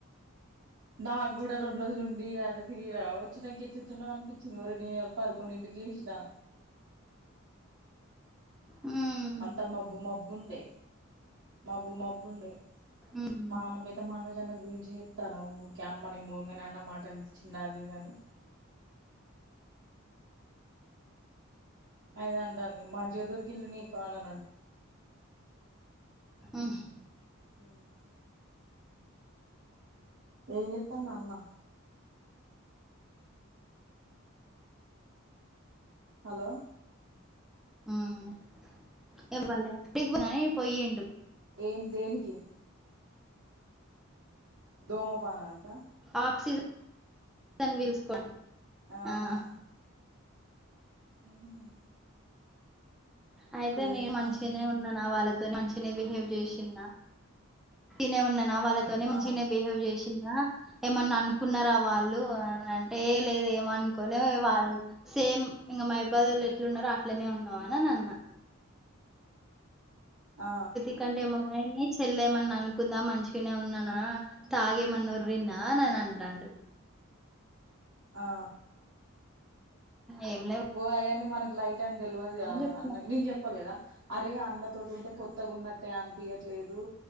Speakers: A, on the right; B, in the centre.
A: నాకు కూడా రెండు రోజులు ఉండి అలా తిరిగి వచ్చినాంకా ఎట్లట్లనో అనిపించింది ఓరని పదకొండింటికి లేసినా
B: ఉమ్
A: అంత మబ్బు మబ్బుండే మబ్బు మబ్బు ఉండే
B: ఉమ్
A: మా అమ్మ కి <unintelligible> గురించి చెప్తాన్నావ్ క్యాం మనిం ముంగని అన్నమాటని చిన్నది ఇది అది అని అదే అంటంది మంచిగా దొరికిళ్లు నీకు కోడలు
B: ఆహ్
A: హ్మ్ ఏం చేత్తండు అన్న హలో
B: హ్మ్ ఇవాళ <unintelligible> పొయ్యిండు
A: ఏం దేనికి ధూమపానానికా
B: ఆక్సిజన్ పీల్చుకొని
A: ఆహా
B: ఆ
A: ఉమ్ హూ
B: అయితే నేను
A: చెత్తాన్నవ్
B: మంచిగనే ఉన్నానా వాళ్ళతోని మంచి ఇట్లనే బిహేవ్ చేసిన తినే ఉన్నన వాళ్ళకు నే మంచిగా
A: ఆ
B: బిహేవ్ చేసిన్నా ఏమన్నా అనుకున్నారా వాళ్ళు అనంటే ఏ లేదు ఏమనుకో లే వాళ్ళ సేమ్ ఇంకా మాబ్బలోళ్ళు ఎట్లున్నరో అట్లనే ఉన్నావునని అన్నారు
A: ఆ
B: ఎందుకంటే ముని చెల్లేమన్నా అనుకుందా మంచిగానే ఉన్నానా తాగేమనోరీన్న అన్ అంటుండు
A: ఆ
B: ఏం లేవ్
A: ఓ అయ్యిని మనకి లైట్ అని తెలియదుగా
B: చెప్పిన
A: అన్న నేను చెప్పలేదా అరే అన్న తోటి ఉంటే కొత్తగా ఉన్నట్టే అనిపియట్లేదు